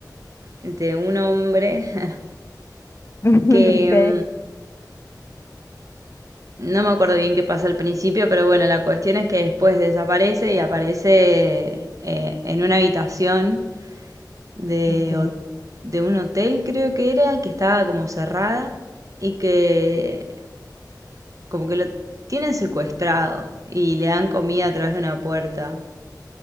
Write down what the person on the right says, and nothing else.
de un hombre <laughs>
que
em, no me acuerdo bien qué pasa al principio, pero bueno, la cuestión es que después desaparece y aparece eh, en una habitación. de,
ho- de un hotel, creo que era, que estaba como cerrada y que como que lo tienen secuestrado y le dan comida a través de una puerta.